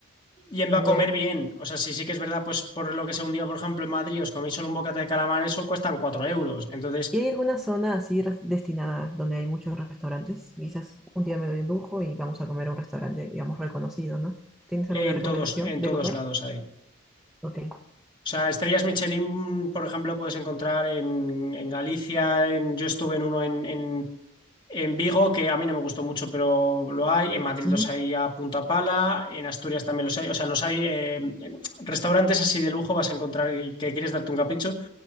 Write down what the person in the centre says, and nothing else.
Bien.
¿Y hay alguna zona así res- destinada donde hay muchos restaurantes? Quizás un día me doy un lujo y vamos a comer a un restaurante, digamos, reconocido, ¿no? ¿Tienes alguna
recomendación
de
lugar?
Ok.
Ujú,